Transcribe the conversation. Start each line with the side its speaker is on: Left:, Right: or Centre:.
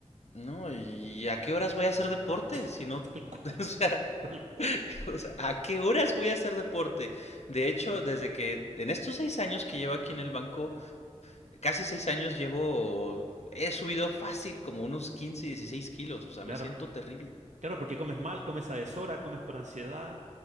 Left: No, ¿y a qué horas voy a hacer deporte? Si
Right: <laughs>
Left: no,
Right: Tal cual,
Left: <laughs> o sea,
Right: tal cual.
Left: <laughs> o sea, ¿a qué horas voy a hacer deporte? De hecho, desde que en estos seis años que llevo aquí en el banco, casi seis años llevo, he subido fácil como unos 15, 16 kilos, o sea,
Right: Claro,
Left: me siento terrible.
Right: claro, porque comes mal, comes a deshora, comes por ansiedad,